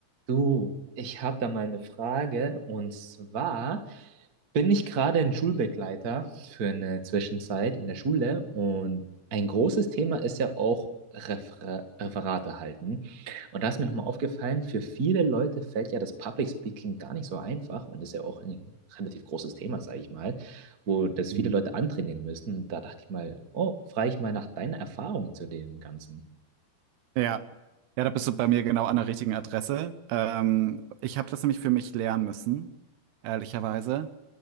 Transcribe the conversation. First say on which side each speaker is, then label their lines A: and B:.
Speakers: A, on the right (about 50°); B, on the right (about 75°).
A: Du, ich habe da mal eine Frage. Und zwar bin ich gerade ein Schulbegleiter für eine Zwischenzeit in der Schule. Und ein großes Thema ist ja auch Refer Referate halten. Und da ist mir nochmal aufgefallen, für viele Leute fällt ja das Public Speaking gar nicht so einfach. Und ist ja auch ein relativ großes Thema, sage ich mal, wo das
B: Mhm.
A: viele Leute antrainieren müssen. Und da dachte ich mal, oh, frage ich mal nach deiner Erfahrung zu dem Ganzen
B: Ja. Ja, da bist du bei mir genau an der richtigen Adresse. Ähm, ich habe das nämlich für mich lernen müssen, ehrlicherweise.